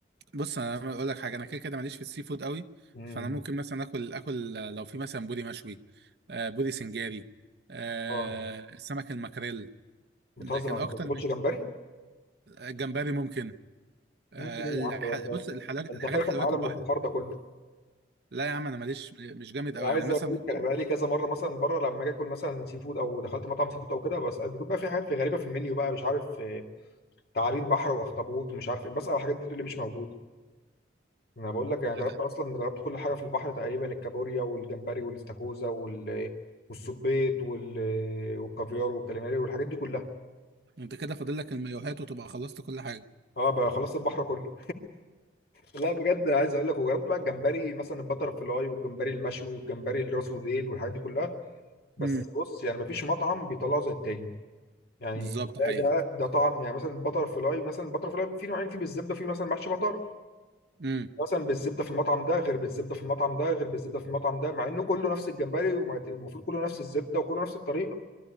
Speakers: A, on the right; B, on the left.
A: بص انا اقول لك حاجه انا كده كده ماليش في السي فود قوي
B: مم.
A: فانا ممكن مثلا اكل اكل لو في مثلا بودي مشوي آه، بودي سنجاري آه،
B: اه
A: سمك المكريل لكن
B: بتهزر
A: اكتر
B: ما بتاكلش
A: من
B: جمبري؟
A: جمبري ممكن آه،
B: ممكن ايه
A: الح...
B: يا عم ده انت ده
A: بص الحاجات
B: انت
A: الحاجات
B: فايتك
A: حلويات
B: عالم
A: البحر
B: البحار ده كله
A: لا يا عم انا ماليش مش جامد قوي
B: عايز
A: يعني مثلا
B: اقول لك
A: ممكن-
B: انا بقى لي كذا مره مثلا بره لما اجي اكل مثلا سي فود او دخلت مطعم سي فود او كده بس بيكون بقى في حاجات في غريبه في المنيو بقى مش عارف تعابين بحر واخطبوط ومش عارف ايه بسأل على الحاجات دي تقول لي مش موجوده انا بقول لك
A: آه،
B: انا جربت اصلا جربت كل حاجه في البحر تقريبا الكابوريا والجمبري والاستاكوزا وال والسبيط وال... والكافيار والكاليماري والحاجات دي كلها
A: انت كده فاضل لك المايوهات وتبقى خلصت كل حاجه
B: اه بقى خلصت البحر كله لا بجد انا عايز اقول لك وجربت بقى الجمبري مثلا البتر فلاي والجمبري المشوي والجمبري الراس وديل والحاجات دي كلها بس
A: امم
B: بص يعني مفيش مطعم بيطلعه زي التاني يعني
A: بالظبط
B: ده
A: حقيقي
B: ده ده طعم يعني مثلا البتر فلاي مثلا البتر فلاي في نوعين في بالزبده وفي مثلا محشي بطار
A: امم
B: مثلا بالزبده في المطعم ده غير بالزبده في المطعم ده غير بالزبده في المطعم ده مع انه كله نفس الجمبري ومع- والمفروض كله نفس الزبده وكله نفس الطريقه